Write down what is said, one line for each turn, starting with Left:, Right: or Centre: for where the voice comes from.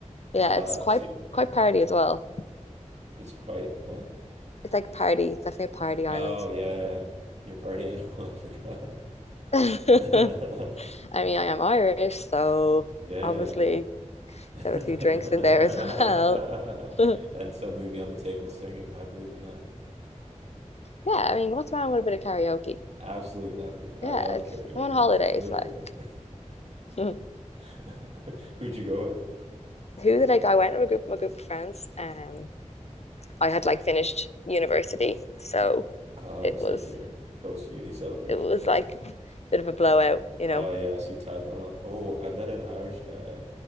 Left: Yeah,
Right: Uh
Left: it's quite
Right: so you-
Left: quite party as well.
Right: it's quite what?
Left: It's like party, it's definitely a party Ireland.
Right: Oh yeah, yeah, yeah. Your party animal, <laughs> I forgot.
Left: <laughs> I
Right: <laughs>
Left: mean, I am Irish, so
Right: Yeah.
Left: obviously
Right: yeah. <laughs>
Left: there are a few drinks in there as well. <laughs>
Right: And suddenly be on the table singing. I believe in that.
Left: Yeah, I mean, what's wrong with a bit of karaoke?
Right: Absolutely nothing. I
Left: Yeah,
Right: love
Left: it's
Right: karaoke.
Left: I'm on holidays,
Right: I live
Left: like.
Right: for it.
Left: <laughs> Who
Right: <laughs> Who'd you go with?
Left: did I go? I went with a group, my group of friends. Um, I had like finished university, so
Right: Uh,
Left: it
Right: it's
Left: was
Right: like your post-uni celebration
Left: it was
Right: kind
Left: like
Right: of.
Left: a bit of a blowout, you
Right: Oh
Left: know,
Right: yeah, so you tied one on. Oh, I met an Irish guy.